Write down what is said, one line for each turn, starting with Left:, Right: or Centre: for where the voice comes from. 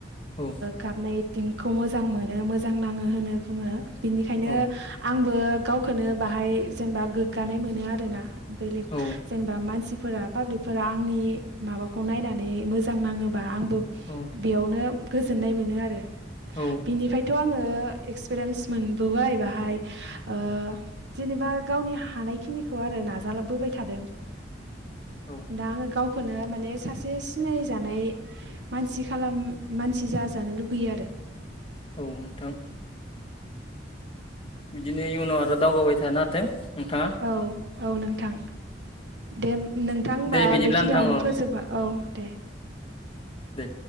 Left: औ
Right: गाबनाय एकटिंखौ मोजां मोनो मोजां नांङो होनना बुङो। बिनिखायनो
Left: औ
Right: आंबो गावखौनो एसे जेनेबा गोग्गानाय मोनो आरोना। बेलेग
Left: औ
Right: जेनेबा मानसिफोरा पाब्लिकफोरा आंनि माबाखौ नायनानै मोजां नाङोब्ला। आंबो
Left: औ
Right: बेयावनो गोजोननाय मोनो आरो
Left: औ
Right: बिनिफ्रायथ आंङो। एक्सपिरियेन्स मोनबोबाय एसे जेनेबा गावनि हानायखिनिखौ आरो। नाजा बोबाय थादों
Left: औ
Right: दा आंङो गावखौनो। गावखौनो माने सासे सिनायजानाय मानसि खालाम मानसि जाजानो लुगैयो आरो। <inaudible>
Left: औ नोंथां। बिदिनो इयुनाव आरो दावगाबाय थानो हाथों। नोंथाङा
Right: औ औ नोंथां दे। नोंथां होमबा
Left: दे बिदिब्ला
Right: बेखिनियावनो
Left: नोंथां औ
Right: फोजोबनोसै औ दे।
Left: दे।